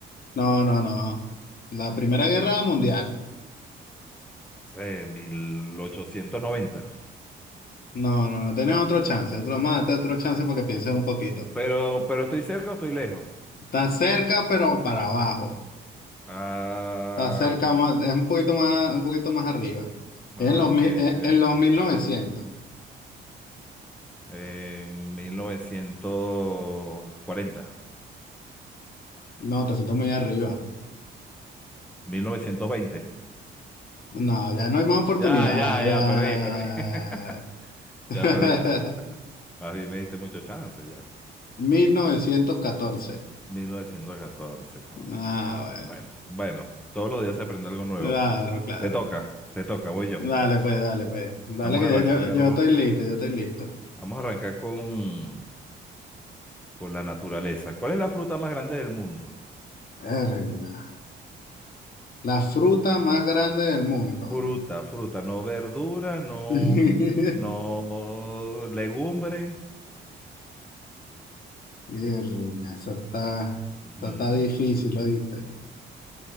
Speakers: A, on the left; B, in the centre.
A: no, no. no. La Primera Guerra Mundial.
B: Sé, 1890.
A: No, no, no. Tenés otro chance, otro más, tenés otro chance porque pienses un poquito.
B: Pero, pero estoy cerca o estoy lejos.
A: Está cerca, pero para abajo.
B: Ah,
A: Está cerca más, es un poquito más, un poquito más arriba.
B: ah,
A: Es En los, mi-
B: que,
A: en,
B: que,
A: en los
B: que.
A: mil novecientos.
B: En mil mil novecientos cuarenta,
A: No, te fuiste muy arriba.
B: mil novecientos veinte.
A: No, ya no hay más oportunidades.
B: Ya, ya, ya,
A: ya.
B: perdí, perdí. <laughs>
A: ya,
B: Ya
A: ya,
B: perdí, ya,
A: ya, ya,
B: ya.
A: ya.
B: Más bien me diste mucho chance, ya.
A: <laughs> mil novecientos catorce.
B: 1914, cónchale.
A: Ah, bueno.
B: Bueno, bueno, todos los días se aprende algo nuevo.
A: Claro, claro.
B: Te toca, te toca, voy yo.
A: Dale, pues, dale, pues. Dale
B: Vamos
A: que
B: a arrancar,
A: yo, yo, yo estoy listo, yo estoy listo.
B: vamos a arrancar con, con la naturaleza. ¿Cuál es la fruta más grande del mundo?
A: Verga. La fruta más grande del mundo.
B: Fruta, fruta, no verdura, no,
A: <laughs>
B: no legumbre.
A: Verga, Eso está,
B: Ujú.
A: eso está difícil, ¿oíste?